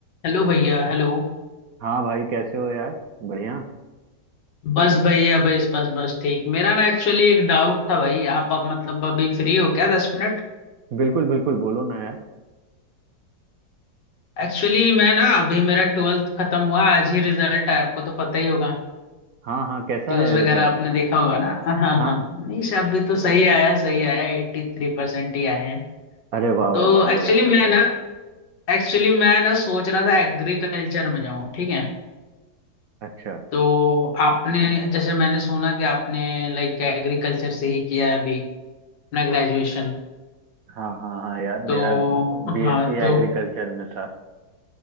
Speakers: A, on the left (about 75°); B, on the right (about 65°).
A: Hello भैया Hello
B: हाँ भाई कैसे हो यार बढ़िया
A: बस भैया बस बस बस ठीक मेरा ना एक्चुअली एक डाउट था भाई आप आप मतलब अभी फ्री हो क्या दस मिनट
B: बिल्कुल बिल्कुल बोलो ना यार
A: एक्चुअली मैं ना अभी मेरा ट्वेल्थ खत्म हुआ आज ही रिजल्ट आया आपको तो पता ही होगा
B: हाँ हाँ कैसा
A: न्यूज
B: आया
A: वगैरह
B: रिजल्ट
A: आपने देखा होगा ना हाँ
B: हाँ
A: हाँ नहीं सब भी तो सही आया सही आया एट्टी थ्री परसेंट ही आए हैं
B: अरे वाह
A: तो
B: वाह बहुत
A: एक्चुअली
B: बढ़िया
A: मैं ना एक्चुअली मैं ना सोच रहा था एग्रीकल्चर में जाऊँ ठीक है
B: अच्छा
A: तो आपने जैसे मैंने सुना कि आपने लाइक एग्रीकल्चर से ही किया है अभी अपना ग्रेजुएशन
B: हाँ हाँ हाँ यार
A: तो
B: मेरा
A: हाँ
B: बीएससी
A: तो
B: एग्रीकल्चर में था